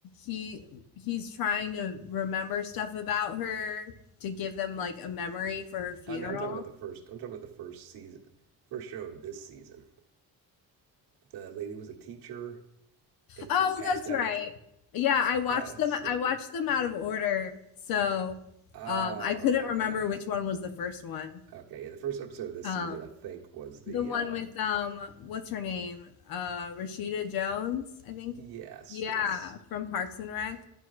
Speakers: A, on the left; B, on the right.
A: he he's trying to remember stuff about her to give them like a memory for her funeral.
B: I'm, talking about the first. I'm talking about the first season, first show of this season. The lady was a teacher, and
A: Oh,
B: she passed
A: that's
B: out
A: right.
B: in cl-
A: Yeah, I
B: class.
A: watched them
B: Yeah.
A: I watched them out of order. So,
B: Oh,
A: um I couldn't remember
B: okay,
A: which one was the first one.
B: okay. Yeah, the first episode of this
A: Um
B: season, I think, was the.
A: the one
B: Uh,
A: with um what's her name? Uh Rashida Jones, I think.
B: yes,
A: Yeah,
B: yes,
A: from Parks and Rec.